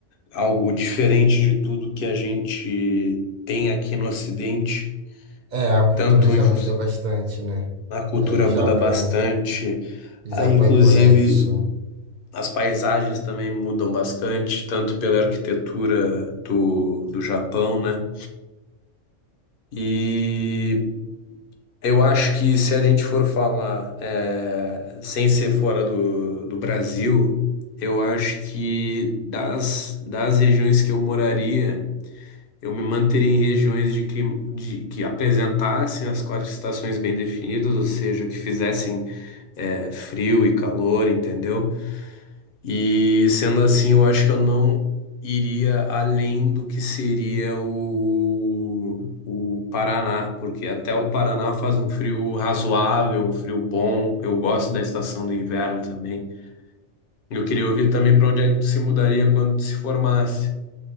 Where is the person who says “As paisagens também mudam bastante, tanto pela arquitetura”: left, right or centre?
Left